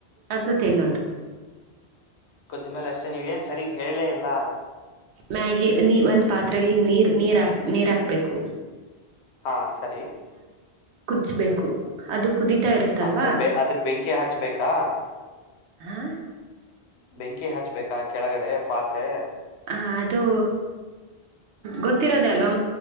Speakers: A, on the right; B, on the left.
A: ಅದನ್ನು ತಿನ್ನೋದು
B: ಕುದ್ದ ಮೇಲೆ ಅಷ್ಟೇ ನೀವೇಏನ್ ಸರಿ ಹೇಳೇ ಇಲ್ಲ
A: ಮ್ಯಾಗಿ ನೀ ಒಂದು ಪಾತ್ರೆಯಲ್ಲಿ ನೀರ್ ನೀರಾಕ್ ನೀರ ಹಾಕ್ಬೇಕು
B: ಹಾ ಸರಿ
A: ಕುಡ್ಸುಬೇಕು ಅದು ಕುದಿತಾ ಇರುತ್ತಲ್ವಾ
B: ಅಂದ್ರೆ ಬೆ ಅದಕ್ ಬೆಂಕಿ ಹಚ್ಬೇಕಾ
A: ಹಾ
B: ಬೆಂಕಿ ಹಚ್ಬೇಕಾ ಕೆಳಗಡೆ ಪಾತ್ರೆ
A: ಹ ಅದುೂ ಗೊತ್ತಿರೋದೇ ಅಲ್ವಾ